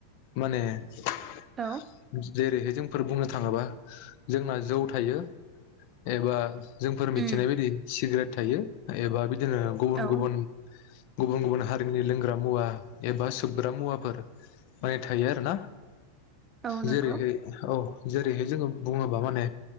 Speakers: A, on the left; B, on the right.
A: माने जेरैहाय
B: औ
A: जों फोर बुंनो थाङोबा जोंना जौ थायो एबा जोंफोर मिथिनाय
B: उम
A: बायदि सिग्रेट थायो एबा बिदिनो गुबुन
B: औ
A: गुबुन गुबुन गुबुन हारिनि लोंग्रा मुवा एबा सोबग्रा मुवाफोर माने थायो आरो ना
B: औ
A: जेरैहाय
B: नंगौ
A: औ जेरैहाय जोङो बुङोबा माने